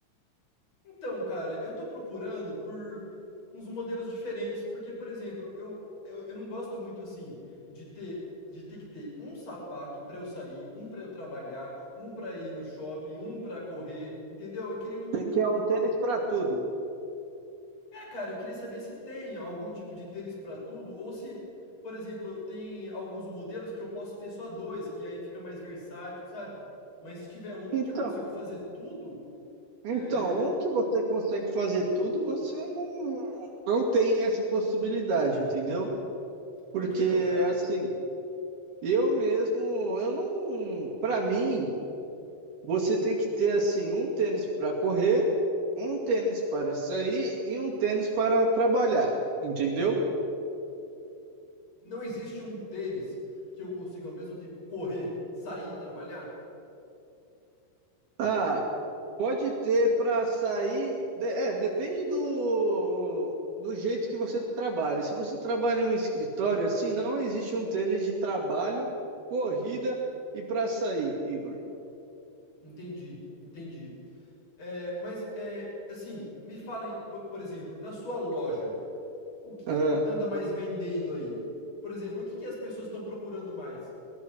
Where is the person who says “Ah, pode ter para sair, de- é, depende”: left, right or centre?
Right